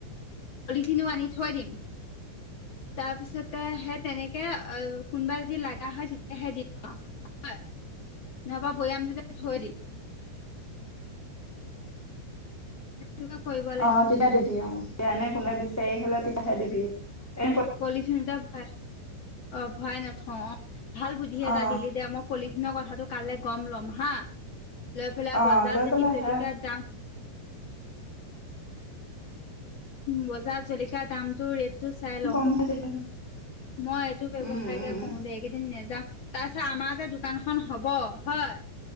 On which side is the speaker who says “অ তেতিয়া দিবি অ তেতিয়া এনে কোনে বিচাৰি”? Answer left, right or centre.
Centre